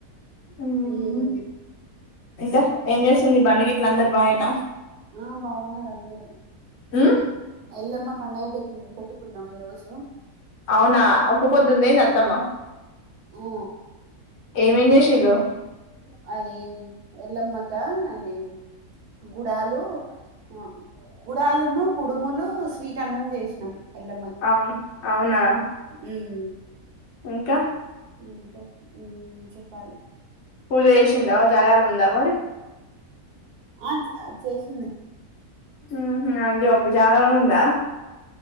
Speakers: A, on the left (about 55°); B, on the right (about 80°).
A: మ్
B: మ్మ్
A: ఇంకా ఏం చేస్తుంది బన్నిగిట్ల అందరు బాగేనా
B: ఆ బాగున్నారు అందరు
A: మ్
B: ఎల్లమ్మ పండగ పెట్టి పెట్టుకున్నాం ఈ రోజు
A: అవునా ఒకపోద్దుందెంది అత్తమ్మా
B: ఆ
A: ఏం ఎమ్ జేశిల్లు
B: అదే ఎల్లమ్మ త అది గుడాలు ఆ గుడలున్ను కుడుములు స్వీట్ అన్నం జేసినాం. ఎల్లమ్మకి
A: అవును అవునా
B: మ్
A: ఇంకా
B: ఇంకా మ్ చెప్ చెప్పాలి.
A: పూజ చేసిందా జాగారం ఉందా మరి
B: ఆ చ చేసింది.
A: హుహుమ్ అయ్యో మ్ జాగారం ఉందా